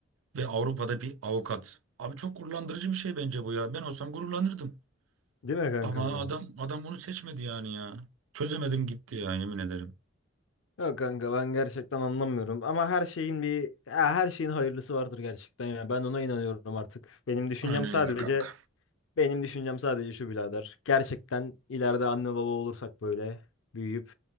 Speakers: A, on the right; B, on the left.
A: ve Avrupa'da bir avukat. Abi çok gururlandırıcı bir şey bence bu ya. Ben olsam gururlanırdım.
B: Değil mi kankam
A: Ama
B: ya?
A: adam adam bunu seçmedi yani ya. Çözemedim gitti ya yemin ederim.
B: Yok kanka ben gerçekten anlamıyorum ama her şeyin bir ya her şeyin hayırlısı vardır gerçekten ya. Ben ona inanıyorum artık. Benim düşüncem
A: Aynen
B: sadece
A: öyle kanka.
B: Benim düşüncem sadece şu birader. Gerçekten ileride anne baba olursak böyle büyüyüp